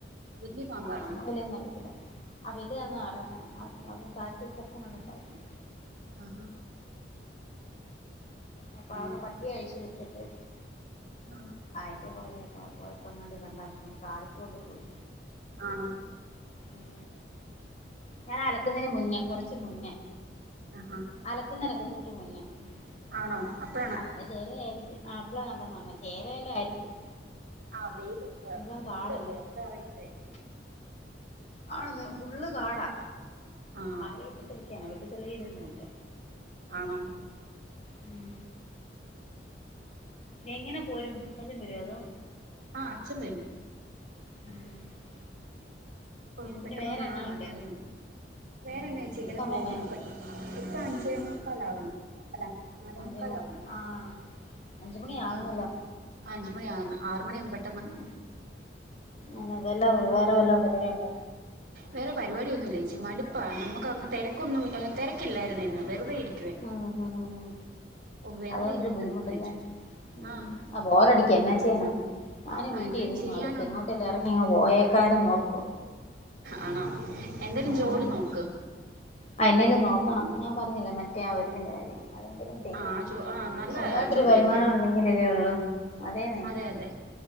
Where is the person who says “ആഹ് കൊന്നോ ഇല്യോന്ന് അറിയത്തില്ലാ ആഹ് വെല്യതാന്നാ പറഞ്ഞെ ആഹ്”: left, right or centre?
Left